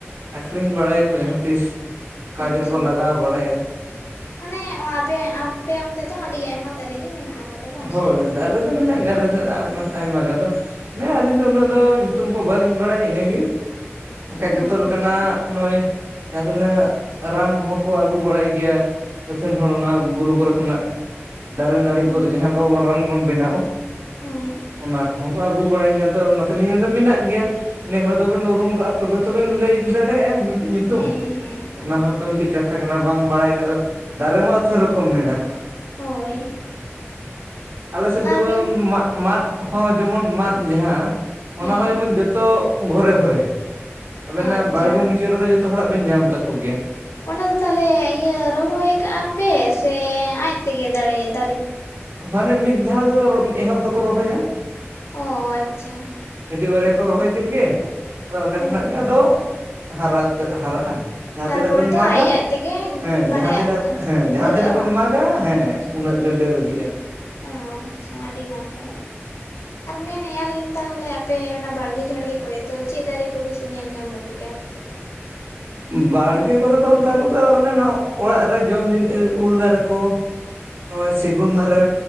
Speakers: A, on the right; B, on the left.
A: ᱟᱹᱠᱷᱨᱤᱧ ᱵᱟᱲᱟᱭᱟ ᱠᱚ ᱡᱟᱦᱟᱸ ᱛᱤᱥᱼᱼ ᱠᱷᱟᱡ
B: ᱟᱪᱪᱷᱟ
A: ᱨᱮᱠᱚ ᱞᱟᱜᱟᱣ ᱵᱟᱲᱟᱭᱟ᱾
B: ᱢᱟᱱᱮ ᱟᱯᱮ, ᱟᱯᱮ ᱚᱱᱛᱮ ᱫᱚ ᱟᱹᱰᱤ ᱟᱭᱢᱟ ᱫᱟᱨᱮ ᱜᱮ ᱢᱮᱱᱟᱜ ᱟᱠᱟᱫᱟ᱾ ᱵᱟᱝ
A: ᱦᱳᱭ
B: ᱥᱮ?
A: ᱫᱟᱨᱮ ᱫᱚ ᱢᱮᱱᱟᱜ ᱜᱮᱭᱟ ᱟᱞᱮ ᱥᱮᱡ ᱟᱭᱢᱟ ᱜᱟᱱ ᱫᱚᱼᱼ ᱚᱱᱮ ᱟᱹᱞᱤᱧ ᱫᱚ ᱩᱱᱟᱹᱜ ᱫᱚ ᱧᱩᱛᱩᱢ ᱠᱚ ᱵᱟᱹᱞᱤᱧ ᱵᱟᱲᱟᱭᱟ ᱤᱱᱟᱹᱜᱮ, ᱮᱱᱠᱷᱟᱱ
B: ᱟᱪᱪᱷᱟ
A: ᱡᱚᱛᱚ ᱞᱮᱠᱟᱱᱟᱜᱼᱼ ᱱᱚᱜᱼᱚᱭ ᱡᱟᱦᱟᱸ ᱛᱤᱱᱟᱹᱜ ᱨᱟᱱ ᱠᱚᱦᱚᱸ ᱠᱚ ᱟᱹᱜᱩ ᱵᱟᱲᱟᱭ ᱜᱮᱭᱟᱼᱼ ᱟᱹᱛᱷᱟᱹᱱ ᱦᱚᱲ ᱚᱱᱟ ᱵᱩᱨᱩ ᱠᱚᱨᱮ ᱠᱷᱚᱱᱟᱜ ᱫᱟᱨᱮ ᱱᱟᱹᱲᱤᱼᱼ
B: ᱦᱮᱸ
A: ᱩᱱ ᱫᱚ ᱡᱟᱦᱟᱸ ᱠᱚ ᱨᱟᱱ ᱵᱚᱱ ᱵᱮᱱᱟᱣᱼᱼ
B: ᱦᱮᱸ
A: ᱚᱱᱟ ᱠᱚᱦᱚᱸ ᱠᱚ ᱟᱹᱜᱩ ᱵᱟᱲᱟᱭ ᱜᱮᱭᱟ ᱟᱫᱚ ᱚᱱᱟᱛᱮᱞᱤᱧ ᱢᱮᱱᱮᱫᱟ ᱢᱮᱱᱟᱜ ᱜᱮᱭᱟ᱾ ᱱᱮ ᱦᱚᱲ ᱫᱚᱵᱮᱱ ᱩᱨᱩᱢ ᱠᱟᱜᱼᱟ ᱛᱚᱵᱮ ᱛᱚᱵᱮᱱ ᱞᱟᱹᱭ ᱫᱟᱲᱮᱭᱟᱜᱼᱟ ᱢᱤᱫᱴᱤᱡ ᱧᱩᱛᱩᱢ,
B: ᱦᱮᱸ
A: ᱚᱱᱟ ᱦᱚᱸᱼᱼ ᱚ ᱢᱤᱫᱴᱤᱡ ᱠᱟᱛᱷᱟ ᱠᱟᱱᱟ ᱵᱟᱝ ᱵᱟᱲᱟᱭ ᱟᱠᱟᱜ ᱫᱚ, ᱫᱟᱨᱮ ᱢᱟ ᱟᱹᱛᱷᱟᱹ ᱨᱚᱠᱚᱢ ᱢᱮᱱᱟᱜ᱾
B: ᱦᱳᱭ᱾
A: ᱟᱞᱮ ᱥᱮᱫ ᱫᱚ
B: ᱟᱨ ᱢᱮᱱ
A: ᱢᱟᱫ-ᱢᱟᱫᱼᱼ ᱦᱚᱸ ᱡᱮᱢᱚᱱ ᱢᱟᱫ ᱡᱟᱦᱟᱸ
B: ᱦᱮᱸ
A: ᱚᱱᱟ ᱦᱚᱸ ᱡᱮᱢᱚᱱ ᱡᱚᱛᱚ ᱜᱷᱚᱨᱮ-ᱜᱷᱚᱨᱮᱼᱼ ᱟᱵᱮᱱᱟᱜ
B: ᱟᱪᱪᱷᱟ
A: ᱵᱟᱲᱜᱮ ᱢᱩᱪᱟᱹᱫ ᱨᱮᱫᱚ ᱡᱚᱛᱚ ᱦᱚᱲᱟᱜ ᱵᱮᱱ ᱧᱟᱢ ᱛᱟᱠᱚ ᱜᱮᱭᱟ
B: ᱚᱱᱟ ᱫᱚ ᱛᱟᱦᱚᱞᱮ ᱤᱭᱟᱹ ᱨᱚᱦᱚᱭ ᱠᱟᱜᱼᱟ ᱯᱮ ᱥᱮ ᱟᱡ ᱛᱮᱜᱮ ᱫᱟᱨᱮᱭᱮᱱ
A: ᱢᱟᱱᱮ ᱢᱤᱫ ᱫᱷᱟᱣ ᱮᱦᱚᱵᱽ ᱫᱚᱠᱚ ᱨᱚᱦᱚᱭᱟ᱾
B: ᱚ ᱟᱪᱪᱷᱟ
A: ᱢᱤᱫᱴᱤᱡᱽ ᱵᱟᱨᱭᱟ ᱠᱚ ᱨᱚᱦᱚᱭ ᱠᱮᱫ ᱜᱮ ᱟᱫᱚ ᱚᱸᱰᱮ
B: ᱦᱮᱸ
A: ᱠᱷᱚᱱᱟᱜ ᱜᱮ ᱟᱫᱚ ᱦᱟᱨᱟ ᱦᱟᱨᱟᱜᱼᱟ᱾ ᱡᱟᱦᱟᱸ
B: ᱛᱟᱨᱯᱚᱨᱮ
A: ᱛᱤᱱᱟᱹᱜ ᱵᱮᱱ
B: ᱫᱚ
A: ᱢᱟᱜᱟ
B: ᱟᱡ ᱟᱡ ᱛᱮᱜᱮ
A: ᱦᱮᱸ
B: ᱢᱟᱱᱮ
A: ᱡᱟᱦᱟᱸ ᱛᱤᱱᱟᱹᱜ ᱦᱮᱸ ᱡᱟᱦᱟᱸ
B: ᱫᱷᱟᱹᱨᱟᱹᱜᱼᱟ
A: ᱛᱤᱱᱟᱹᱜ ᱵᱮᱱ
B: ᱵᱟᱝ?
A: ᱢᱟᱜᱟ ᱦᱮᱸ ᱩᱱᱟᱹᱜ ᱜᱮ ᱰᱟᱹᱨ ᱤᱫᱤᱜᱼᱟ᱾
B: ᱚ ᱟᱪᱪᱷᱟ ᱟᱹᱰᱤ ᱱᱟᱯᱟᱭ ᱟᱨ ᱢᱮᱱᱮ ᱢᱮᱸ ᱟᱞᱤᱧ ᱛᱟᱦᱚᱞᱮ ᱟᱯᱮ ᱚᱱᱟ ᱵᱟᱲᱜᱮ ᱡᱷᱟᱲᱜᱮ ᱠᱚᱨᱮ ᱫᱚ ᱪᱮᱫ ᱫᱟᱨᱮ ᱠᱚ ᱵᱤᱥᱤ ᱧᱮᱞ ᱧᱟᱢᱚᱜ ᱜᱮᱭᱟ ᱟᱨᱠᱤ?
A: ᱵᱟᱲᱜᱮ ᱠᱚᱨᱮ ᱫᱚ ᱚᱱᱠᱟ ᱠᱚᱛᱚ ᱚᱱᱮ ᱚᱲᱟᱜ ᱨᱮ ᱡᱚᱢ ᱡᱤᱱᱤᱥ ᱩᱞ ᱫᱟᱨᱮ ᱠᱚ ᱱᱚᱜᱼᱚᱭ ᱥᱤᱜᱩᱱ ᱫᱟᱨᱮ,